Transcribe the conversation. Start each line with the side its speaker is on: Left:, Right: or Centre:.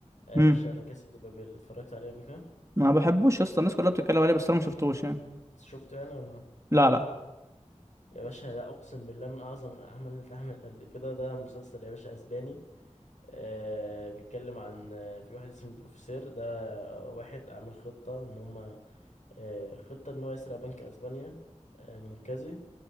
Left: آه،
Right: امم
Left: يا باشا لا كاسا دي بابيل اتفرجت عليه قبل كده
Right: ما بحبوش يا اسطى الناس كلها بتتكلم عليه بس انا ما شفتوش يعني
Left: شفته يعني ولا
Right: لا لا
Left: يا باشا ده اقسم بالله من اعظم الاعمال اللي اتعملت قبل كده ده مسلسل يا باشا اسباني آه بيتكلم عن آه، في واحد اسمه البروفيسور ده آه، واحد عامل خطه ان هم آه، خطة ان هو يسرق بنك اسبانيا آه، المركزي